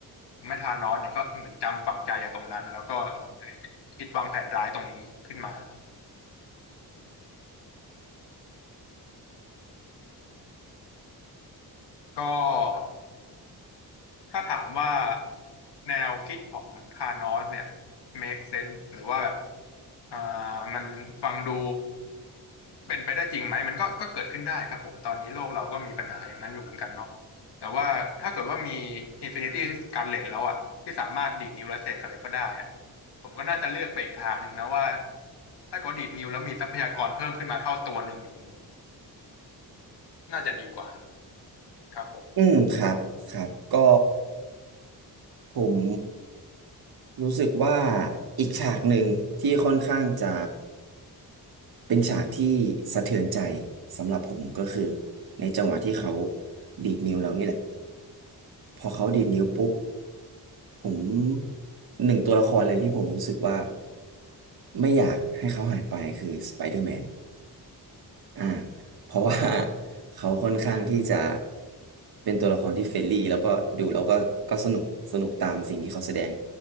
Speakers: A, on the left (about 80°); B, on the right (about 60°).
A: ทำให้ธานอสเนี่ยก็เหมือนจำฝังใจจากตรงนั้นแล้วก็คิดวางแผนร้ายตรงนี้ขึ้นมาก็ ถ้าถามว่าแนวคิดของธานอสเนี่ย make sense หรือว่าแบบอ่ามันฟังดูเป็นไปได้จริงไหมมันก็ก็เกิดขึ้นได้ครับผมตอนนี้โลกเราก็มีปัญหาอย่างนั้นอยู่เหมือนกันเนาะแต่ว่าถ้าเกิดว่ามี Infinity Gauntlet แล้วอะที่สามารถดีดนิ้วและเสกอะไรก็ได้อะผมก็น่าจะเลือกไปอีกทางหนึ่งนะว่าถ้าเกิดว่าดีดนิ้วแล้วมีทรัพยากรเพิ่มขึ้นมาเท่าตัวหนึ่งอย่างนี้น่าจะดีกว่าครับผม
B: อืมครับครับก็ผมรู้สึกว่าอีกฉากหนึ่งที่ค่อนข้างจะเป็นฉากที่สะเทือนใจสำหรับผมก็คือในจังหวะที่เขาดีดนิ้วแล้วนี่แหละพอเขาดีดนิ้วปุ๊บผมหนึ่งตัวละครเลยที่ผมรู้สึกว่าไม่อยากให้เขาหายไปคือสไปเดอร์แมน อ่าเพราะว่า <laughs> เขาค่อนข้างที่จะเป็นตัวละครที่เฟรนลี่แล้วก็ดูแล้วก็ก็สนุกสนุกตามสิ่งที่เขาแสดง